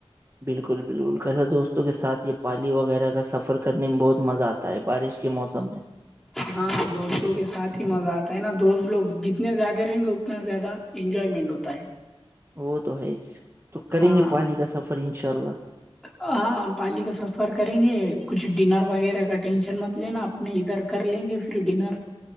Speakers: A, on the right; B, in the centre.
A: بالکل بالکل کیسے دوستوں کے ساتھ یہ پالی وغیرہ کا سفر کرنے میں بہت مزہ آتا ہوتا ہے بارش کے موسم میں
B: ہاں دوستوں کے ساتھ ہی مزہ آتا ہے نا دوست لوگ جتنے زیادہ رہیں گے اتنا زیادہ انجوائمنٹ ہوتا ہے
A: وہ تو ہے تو کریں
B: ہاں
A: گے پانی کا سفر انشاء اللہ
B: ہاں ہم پالی کا سفر کریں گے کچھ ڈنر وغیرہ کا ٹینشن مت لینا آپ نہیں ادھر کر لیں گے پھر ڈنر